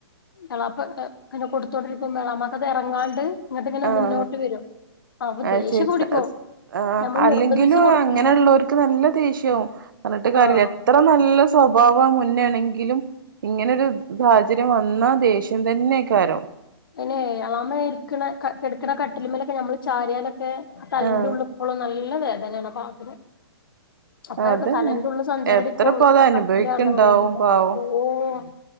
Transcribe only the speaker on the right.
ആഹ്
അത്
ശരി
സ സ്സ് ആഹ്
അല്ലെങ്കിലും
അങ്ങനെള്ളവർക്ക് നല്ല ദേഷ്യാവും. പറഞ്ഞിട്ട് കാര്യല്ല
എത്ര നല്ല സ്വഭാവാ മുന്നേണ ങ്കിലും ഇങ്ങനൊരു സാഹചര്യം വന്നാ ദേഷ്യം തന്നെയ്ക്കാരം.
ആഹ്
അതന്നെ
എത്ര ഇപ്പ അത്
അനുഭവിക്ക്ണ്ടാവും
പാവം